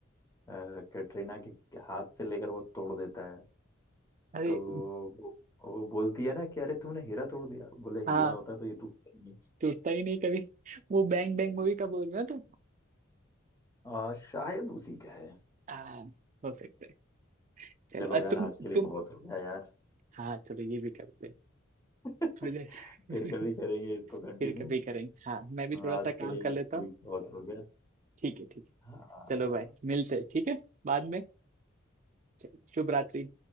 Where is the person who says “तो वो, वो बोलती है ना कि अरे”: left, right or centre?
Left